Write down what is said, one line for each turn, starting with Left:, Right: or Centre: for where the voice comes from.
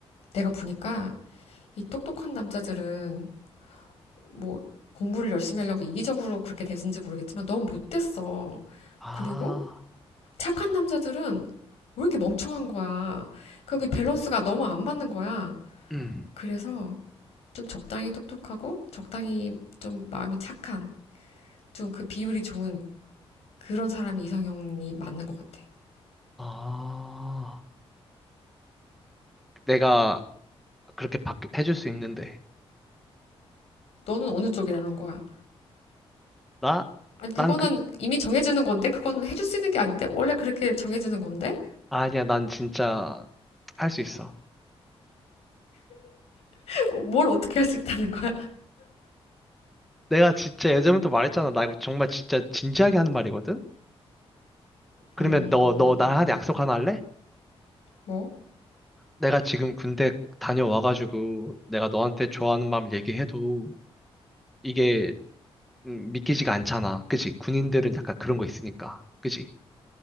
Left: 내가 보니까 이 똑똑한 남자들은 뭐, 공부를 열심히 하려고 이기적으로 그렇게 됐는지 모르겠지만 너무 못됐어.
Centre: 아,
Left: 그리고 착한 남자들은 왜 이렇게 멍청한 거야. 그리고
Centre: 음,
Left: 이 밸런스가 너무 안 맞는 거야.
Centre: 음.
Left: 그래서 좀 적당히 똑똑하고 적당히 좀 마음이 착한 좀 그 비율이 좋은 그런 사람이 이상형이 맞는 것 같아.
Centre: 아, 내가 그렇게 바, 해줄 수 있는데.
Left: 너는 어느 쪽이라는 거야?
Centre: 나?
Left: 아니 그거는
Centre: 난 그,
Left: 이미 정해지는 건데 그건 해줄 수 있는 게 아닌데 원래 그렇게 정해지는 건데
Centre: 아니야, 난 진짜 할 수 있어.
Left: <laughs> 뭘 어떻게 할 수 있다는 거야?
Centre: 내가 진짜 예전부터 말했잖아. 나 이거 정말 진짜 진지하게 하는 말이거든? 그러면
Left: 음
Centre: 너, 너 나한테 약속 하나 할래?
Left: 뭐?
Centre: 내가 지금 군대 다녀와가지고 내가 너한테 좋아하는 마음 얘기해도 이게 음, 믿기지가 않잖아. 그치? 군인들은 약간 그런 거 있으니까. 그치?